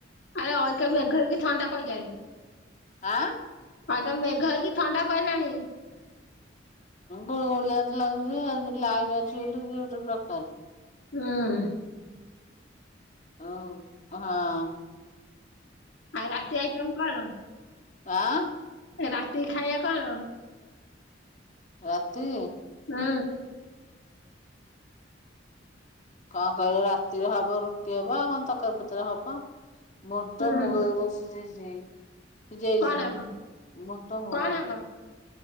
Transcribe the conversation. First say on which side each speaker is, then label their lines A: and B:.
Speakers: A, on the left (about 75°); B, on the left (about 40°).
A: ଆରେ ଅ ମେଘର ବି ଥଣ୍ଡା ପିଲାଣି।
B: ଆଁ?
A: ଆଜ୍ଞା ମେଘ ହେକି ଥଣ୍ଡା ପାଇିଲାଣି।
B: ଳିଆ ତ ଲାଗୁଛି ଲାଇନ ଅଛି ବୋଲିଟ ଦର
A: ହଁ?
B: ଓଃ ହଁ।
A: ଆଉ ରାତି ଆଇକମ କଣ?
B: ଆଁ?
A: ରାତି ଖାଇବା କଣ?
B: ରାତି?
A: ହଁ।
B: କଣ କହିଲ, ରାତିରେ ହବ ରୁଟି ହବ ଆଉ କଣ ତରକାରୀ ପତ୍ର ହବ? ମୋଟ
A: ହୁଁ
B: ମୁଗଶ ଶ ସିଜେଇଛି
A: କଣ ହବ?
B: ବୁଟ, ମୁଗ।
A: କଣ ହବ